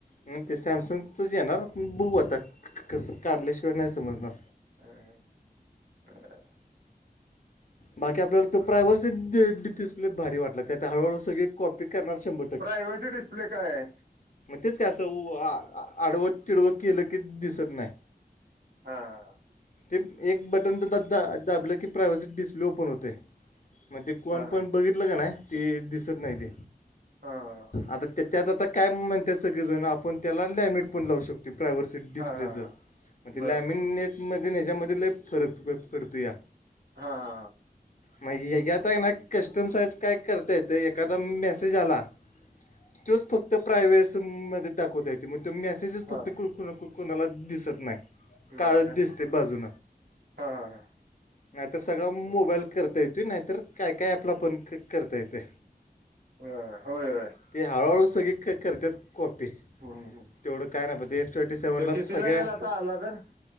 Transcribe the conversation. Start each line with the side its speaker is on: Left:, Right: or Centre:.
Left: नाही ते सॅमसंगचं जे येणार आपण बघू आता कसं काढल्याशिवाय नाही समजणार.
Right: हम्म हं बर.
Left: बाकी आपल्याला तो प्रायव्हरसी डि डिस्प्ले भारी वाटला त्यात हळूहळू सगळी कॉपी करणार शंभर
Right: प्रायवरसी डिस्प्ले काय आय?
Left: तेेच कि असं आडव तीडव केलं की दिसत नाही.
Right: हा हा हा.
Left: ते एक बटन तर दाबलं की प्रायव्हसी डिस्प्ले ओपन होते. मग ते कोण
Right: हा हा
Left: पण बघितलं का नाही ते दिसत नाही ते
Right: हा
Left: आता ते त्यात आता काय म्हणतात सगळे जण आपण त्याला लमिट पण लाव शको प्रायव्हसी डिस्प्लेचं
Right: हा हा हा
Left: मग ते
Right: बर
Left: लॅमिननेटमध्ये ह्याच्यामध्ये ल फरक पडतो या.
Right: हां हां हां.
Left: मग ह्याज्यात आहे ना कस्टम साईज काय करता येतंय एखादा मेसेज आला. तोच फक्त प्रायव्टसमध्ये दाख वतय मग तो मेसेजस
Right: हा
Left: फक्त कोणाला दिसत नाही. काळच
Right: नाही का
Left: दिसते बाजून
Right: हा हा हा
Left: नाही त सगळा मोबाईल
Right: बर
Left: करता येतोय नाहीतर काय काय ॲप ला पण क करता येते
Right: होय होय
Left: ते हळूहळू सगळे क करत्यात. कॉपी
Right: हम्म.
Left: तेवढं काय नाही प ते एस ट्वेंटी सेव्हनला
Right: तो कितीला
Left: सगळ्या.
Right: येईल आता आला तर